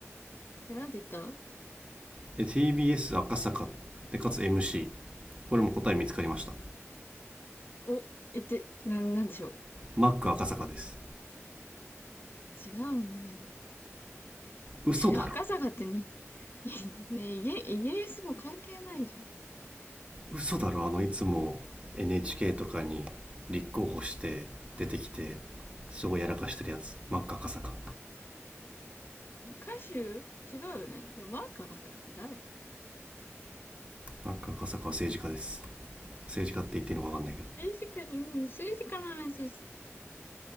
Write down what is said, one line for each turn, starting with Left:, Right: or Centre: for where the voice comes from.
Left: え、なんて言った
Right: TBS 赤坂でかつ MC これも答え見つかりました
Left: お、え、って、な、なんでしょう。
Right: マック赤坂です
Left: 違うんだけど。
Right: 嘘だろ
Left: 違う、赤坂ってに、<laughs> ね、イギイギリスも関係ないじゃん。
Right: 嘘だろあのいつも NHK とかに立候補して出てきてすごいやらかしてるやつマック赤坂
Left: 歌手違うよね。でも、マーク赤坂って誰
Right: マック赤坂は政治家です政治家って言っていいのか分かんないけど
Left: 政治家、うん、政治家の話したい。